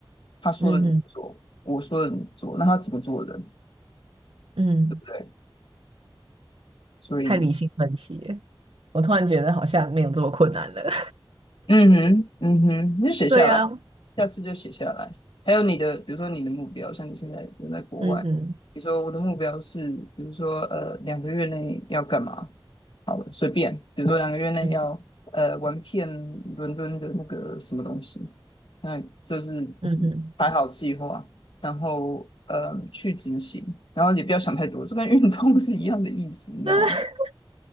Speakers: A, on the left; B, on the right.
A: 他说的你做，
B: 嗯哼
A: 我说的你做，那他怎么做的？
B: 嗯，
A: 对，所以
B: 太理性分析了我突然觉得好像没有这么困难了。
A: 嗯哼嗯哼，你就写下来。
B: <laughs> 对呀、啊
A: 下次就写下来。还有你的，比如说你的目标，像你现在人在国外，
B: 嗯哼
A: 比如说我的目标是，比如说呃两个月内要干嘛？好了，随便，比如说两个月内要呃玩遍伦敦的那个什么东西，
B: 嗯
A: 那就是
B: 嗯哼，
A: 排好计划，然后呃去执行，然后你不要想太多，这跟运动 <laughs> 是一样的意思，你知道吗？
B: <laughs>